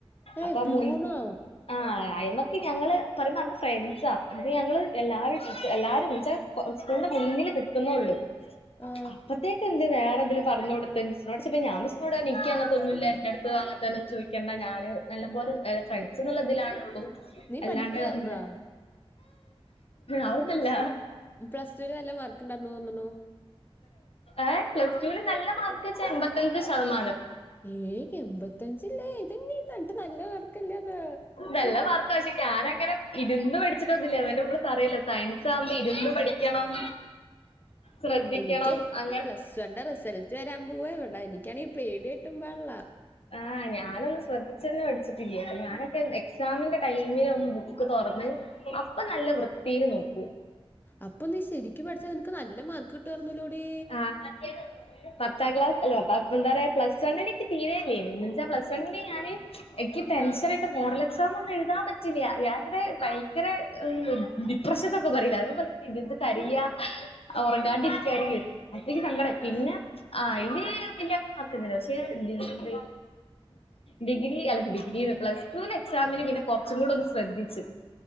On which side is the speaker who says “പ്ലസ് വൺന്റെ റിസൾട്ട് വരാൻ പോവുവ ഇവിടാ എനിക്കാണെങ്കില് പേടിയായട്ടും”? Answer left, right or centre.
Left